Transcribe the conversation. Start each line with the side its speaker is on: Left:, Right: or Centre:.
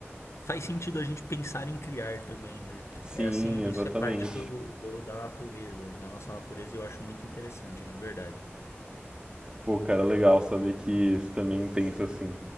Left: faz sentido a gente pensar em criar também, né?
Right: Sim,
Left: É assim,
Right: exatamente.
Left: isso é parte do, do- da natureza, da nossa natureza, e eu acho muito interessante, de verdade.
Right: Pô, cara, legal saber que você também pensa assim.